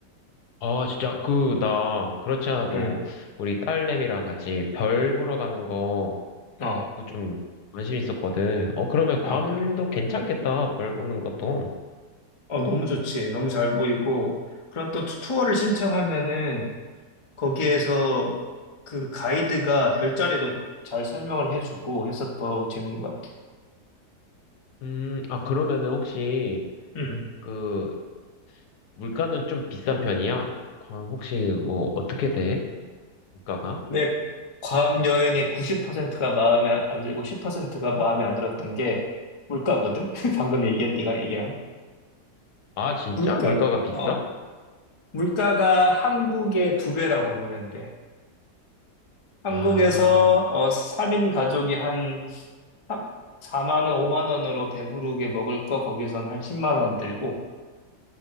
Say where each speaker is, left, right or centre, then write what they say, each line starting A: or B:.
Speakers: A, on the left (about 70°); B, on the left (about 50°).
A: 아, 진짜, 그, 나, 그렇지 않아도,
B: 응.
A: 우리 딸내미랑 같이 별 보러 가는 거,
B: 어.
A: 그 좀, 관심 있었거든. 어, 그러면 괌도
B: 아, 그래.
A: 괜찮겠다, 별 보는 것도.
B: 어, 너무 좋지. 너무 잘 보이고. 그럼 또 투- 투어를 신청하면은 거기에서 그 가이드가 별자리도 잘 설명을 해주고 해서 더 재밌는 것 같아.
A: 음, 아, 그러면은 혹시,
B: 응.
A: 그, 물가는 좀 비싼 편이야? 괌 혹시, 뭐, 어떻게 돼? 물가가?
B: 근데 괌 여행의 90%가 마음에 안 들고 10%가 마음에 안 들었던 게 물가거든? <laughs> 방금 얘기한, 네가 얘기한.
A: 아, 진짜?
B: 물가,
A: 물가가 비싸?
B: 어, 물가가 한국의 두 배라고 보면 돼. 한국에서,
A: 아,
B: 어, 3인 가족이 한 3, 4만 원, 5만 원으로 배부르게 먹을 거 거기선 한 10만 원 들고.